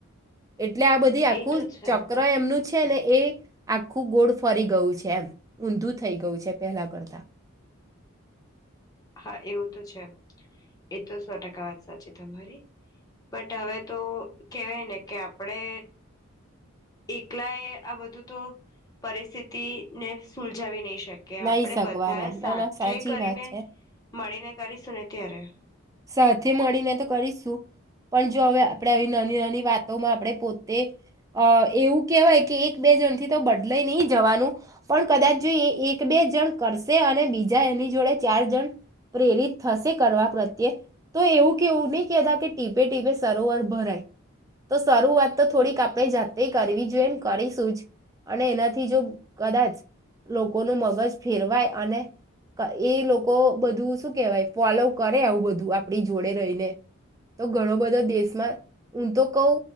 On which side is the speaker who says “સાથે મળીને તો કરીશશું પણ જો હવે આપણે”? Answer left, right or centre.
Right